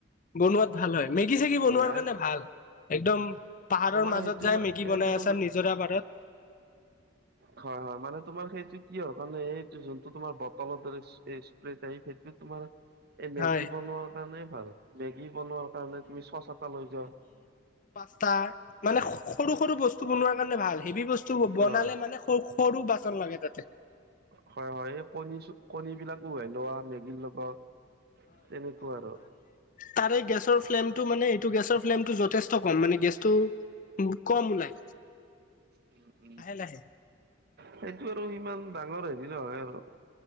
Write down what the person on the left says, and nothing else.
বনোৱাত ভাল হয় মেগী চেগি বনোৱাৰ
কাৰণে ভাল একদম পাহাৰৰ
মাজত
যাই
মেগী
বনাই আছা
নিজৰা পাৰত
হয়
পাছতা মানে স সৰু সৰু বস্তু বনোৱাৰ কাৰণে ভাল হেভি বস্তু বনালে
মানে সৰু সৰু বাচন লাগে তাতে
তাৰ এই গেছৰ ফ্লেমটো মানে এইটো গেছৰ ফ্লেমটো যথেষ্ট কম মানে গেছটো বহুত কম ওলাই
লাহে লাহে